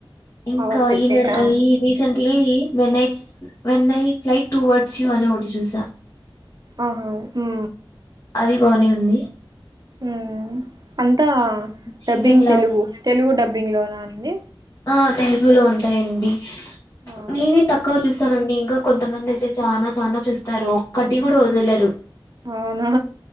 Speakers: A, on the left (about 35°); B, on the right (about 45°).
A: ఇంకా
B: అవర్ సీక్రెటా
A: ఈ నెడు ఈ recently వెన్నై వెన్నై flight towards you అని ఒటి చూసా
B: ఆహా ఉ
A: అది బానే ఉంది
B: ఉ అంతా
A: heat
B: dubbing
A: and love
B: Telugu Telugu డబ్బి డబ్బింగ్ లో నా అండి
A: ఆ తెలుగులో ఉంటాయండి
B: ఆ
A: నేనే తక్కువ చూస్త స్తారండి ఇంకా కొంతమంది అయితే చానా చానా చూస్తారు ఒక్కటి కూడా వదలరు
B: అవునా